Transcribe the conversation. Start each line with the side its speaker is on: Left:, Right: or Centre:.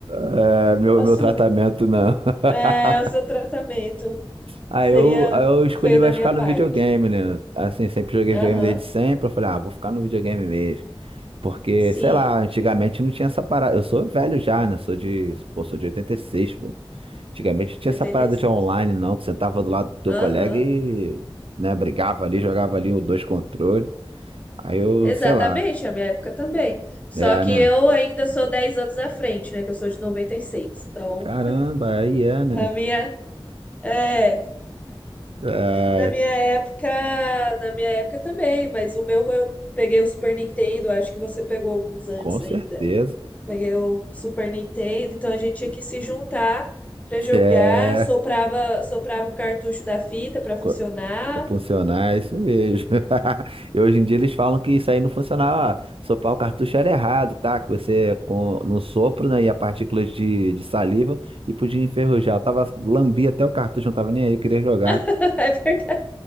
Right: É, meu,
Left: a
Right: meu
Left: sua-
Right: tratamento não. <laughs>
Left: é, o seu tratamento.
Right: Aí
Left: Seria
Right: eu, aí eu escolhi
Left: feio
Right: mais
Left: da minha
Right: ficar
Left: parte.
Right: no videogame, né? Assim, sempre joguei
Left: Aham.
Right: videogame desde sempre. Eu falei, ah, vou ficar no videogame mesmo. Porque,
Left: Sim,
Right: sei lá, antigamente não tinha essa parada. Eu sou velho já, né? Sou de, pô, sou de 86, pô. Antigamente não tinha
Left: de
Right: essa
Left: oitenta
Right: parada
Left: e seis.
Right: de online, não. Tu sentava do lado do teu
Left: Aham,
Right: colega e, né, brigava ali, jogava ali os dois controles. Aí eu,
Left: exatamente,
Right: sei lá,
Left: a minha época também. Só
Right: é,
Left: que
Right: né?
Left: eu ainda sou 10 anos à frente, né? Que eu sou de 96. Então,
Right: Caramba, aí é, né?
Left: na minha. É,
Right: É,
Left: na minha época, na minha época também, mas o meu eu peguei o Super Nintendo, acho que você pegou alguns antes
Right: com certeza.
Left: ainda. Peguei o Super Nintendo, então a gente tinha que se juntar pra jogar,
Right: É,
Left: soprava, soprava o cartucho da fita pra funcionar.
Right: co- funcionar, é isso mesmo. <laughs> E hoje em dia eles falam que isso aí não funcionava. Ah, sopar o cartucho era errado, tá? Que você, com, no sopro, né, ia partículas de, de saliva e podia enferrujar. Eu tava, lambi até o cartucho, não tava nem aí, eu queria jogar.
Left: <laughs> É verdade.